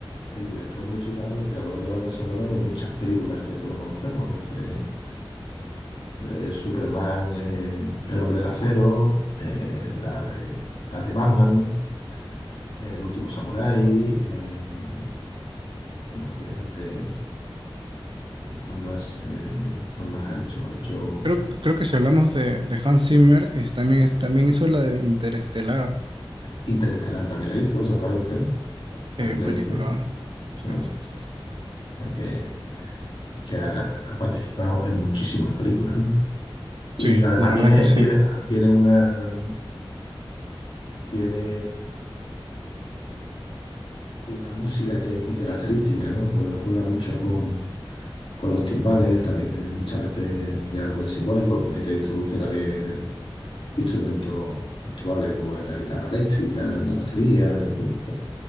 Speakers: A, on the left; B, on the right.
A: el director musical o el creador de bandas sonoras de muchas películas que todos conocemos, desde eh, Superman, eh, El Hombre de Acero, eh, la de, la de Batman, El Último Samurái, eh, bueno, obviamente. ¿Cuál más, eh, cuál más ha hecho? Ha hecho
B: Creo, creo que si hablamos de, de Hans Zimmer, es- también, es- también hizo la de Interestelar.
A: Interestelar, también la hizo, exactamente. ¿eh? También
B: Sí, película.
A: la hizo.
B: Sí,
A: ¿no? O
B: sí, sí, sí, sí.
A: sea que, que ha, ha participado en muchísimas películas, ¿no?
B: Sí,
A: Y además
B: la verdad
A: tiene,
B: que sí.
A: tiene, tiene una, tiene una música que es muy característica, ¿no? Pues juega mucho con, con los timbales, también eh, muchas veces tiene algo de simbólico, mete, introduce también instrumentos actuales como la guitarra eléctrica, la batería, en fin, todo,